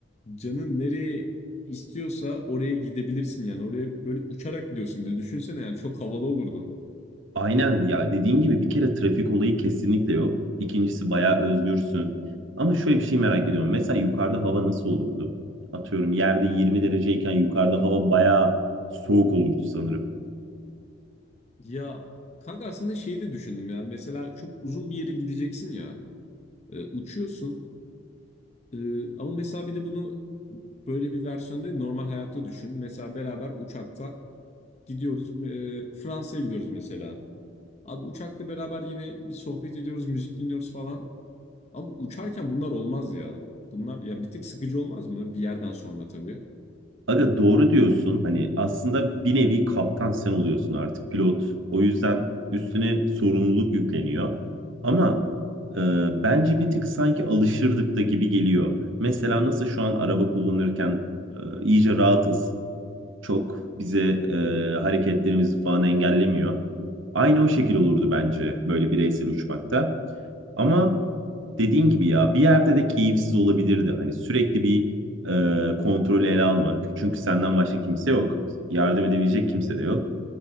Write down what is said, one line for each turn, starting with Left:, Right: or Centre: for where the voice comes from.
Left: canın nereye istiyorsa oraya gidebilirsin yani. Oraya böyle uçarak gidiyorsun bir de düşünsene yani çok havalı olurdu.
Right: Aynen ya dediğin gibi bir kere trafik olayı kesinlikle yok. İkincisi bayağı özgürsün. Ama şöyle bir şey merak ediyorum. Mesela yukarıda hava nasıl olurdu? Atıyorum yerde 20 dereceyken yukarıda hava bayağı soğuk olurdu sanırım.
Left: Ya kanka aslında şeyi de düşündüm ya mesela çok uzun bir yere gideceksin ya E, uçuyorsun E, ama mesela bir de bunu böyle bir versiyonda değil, normal hayatta düşün. Mesela beraber uçakta gidiyoruz e, Fransa'ya gidiyoruz mesela. Abi uçakla beraber yine bir sohbet ediyoruz müzik dinliyoruz falan. Abi uçarken bunlar olmaz ya. Bunlar ya bir tık sıkıcı olmaz mı? Bir yerden sonra tabii.
Right: Aga doğru diyorsun. Hani aslında bir nevi kaptan sen oluyorsun artık pilot. O yüzden üstüne sorumluluk yükleniyor. Ama e, bence bir tık sanki alışırdık da gibi geliyor. Mesela nasıl şu an araba kullanırken e, iyice rahatız. çok bize e, hareketlerimizi falan engellemiyor. Aynı o şekil olurdu bence böyle bireysel uçmakta. Ama dediğin gibi ya bir yerde de keyifsiz olabilirdi. Hani sürekli bir e, kontrolü ele almak. Çünkü senden başka kimse yok. Yardım edebilecek kimse de yok.